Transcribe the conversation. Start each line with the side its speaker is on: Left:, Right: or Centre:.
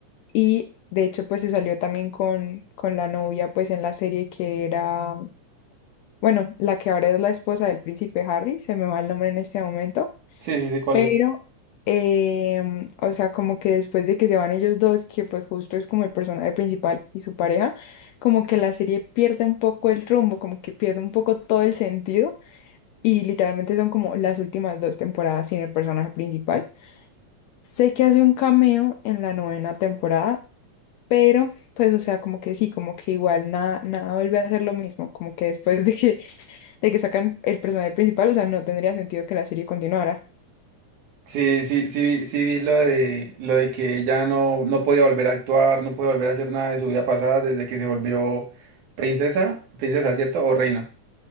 Left: y de hecho pues se salió también con, con la novia pues en la serie que era, bueno, la que ahora es la esposa del príncipe Harry, se me va el nombre en este momento.
Right: Sí, sí, sí, ¿cuál
Left: Pero,
Right: es?
Left: em, o sea, como que después de que se van ellos dos, que pues justo es como el personaje principal y su pareja, como que la serie pierde un poco el rumbo, como que pierde un poco todo el sentido y literalmente son como las últimas dos temporadas sin el personaje principal. Sé que hace un cameo en la novena temporada, pero pues, o sea, como que sí, como que igual nada, nada vuelve a ser lo mismo, como que después de que, de que sacan el personaje principal, o sea, no tendría sentido que la serie continuara.
Right: Sí, sí, sí, sí vi lo de lo de que ella no, no podía volver a actuar, no podía volver a hacer nada de su vida pasada desde que se volvió princesa, princesa, ¿cierto? O reina.